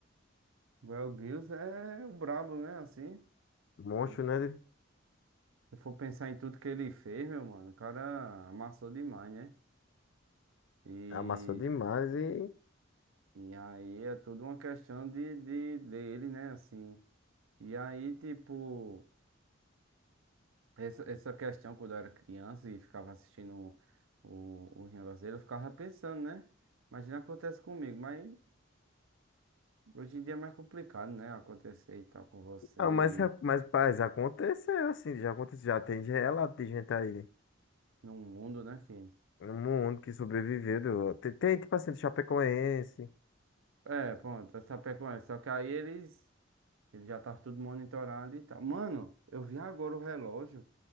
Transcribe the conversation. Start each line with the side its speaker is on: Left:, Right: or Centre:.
Right: Belville é o brabo, né? Assim,
Left: Monstro,
Right: se
Left: né?
Right: eu for pensar em tudo que ele fez, meu mano, o cara amassou demais, né? E.
Left: Amassou demais e.
Right: E aí é tudo uma questão de, de dele, né? Assim. E aí, tipo, essa, essa questão quando eu era criança e ficava assistindo o, o negócio dele, eu ficava pensando, né? Imagina acontece comigo, mas hoje em dia é mais complicado, né? Acontecer e tal com você
Left: Ah, mas, é,
Right: e
Left: mas, paz, aconteceu assim. Já aconteceu. Já tem de relato de gente aí né?
Right: num mundo, né? Que...
Left: no mundo que sobreviveu. do- Tem, tem, tipo assim, do Chapecoense.
Right: É, pronto, essa pecuária. Só que aí eles, ele já tá tudo monitorado e tal. Mano, eu vi agora o relógio.